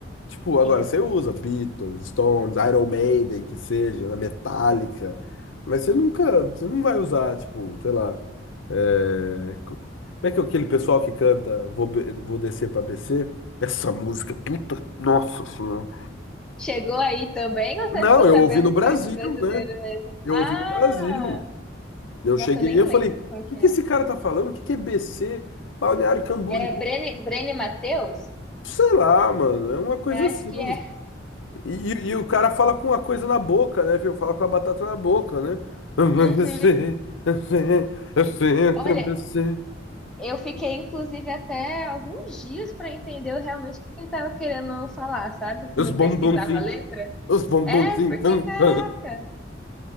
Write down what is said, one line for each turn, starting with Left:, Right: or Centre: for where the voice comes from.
Left: Tipo, agora
Centre: é.
Left: você usa Beatles, Stones, Iron Maiden, que seja, na Metallica, mas você nunca, você não vai usar, tipo, sei lá, é, como é, como é que é aquele pessoal que canta Vou, Be- Vou Descer pra BC? Essa música, puta, nossa senhora.
Centre: Chegou aí também ou você
Left: Não,
Centre: ficou
Left: eu
Centre: sabendo
Left: ouvi no Brasil,
Centre: que é de brasileiro
Left: né?
Centre: mesmo?
Left: Eu
Centre: Ah!
Left: ouvi no Brasil. Eu
Centre: Nossa,
Left: cheguei
Centre: eu nem
Left: e eu
Centre: lembro
Left: falei, o
Centre: qual que
Left: que que
Centre: é.
Left: esse cara tá falando? O que que é BC? Balneário Camboriú?
Centre: É Brene, Brene Matheus?
Left: Sei lá, mano, é uma coisa
Centre: Eu acho
Left: assim.
Centre: que é.
Left: E, e o cara fala com a coisa na boca, né, viu? Fala com a batata na boca, né? Eu
Centre: Uhum.
Left: sei, eu sei, eu sei, eu
Centre: Olha,
Left: também sei,
Centre: eu fiquei inclusive até alguns dias para entender realmente o que ele estava querendo falar, sabe?
Left: Os
Centre: Não
Left: bombonzinhos,
Centre: pesquisava a letra.
Left: os bombonzinhos.
Centre: É, porque
Left: Mas
Centre: caraca.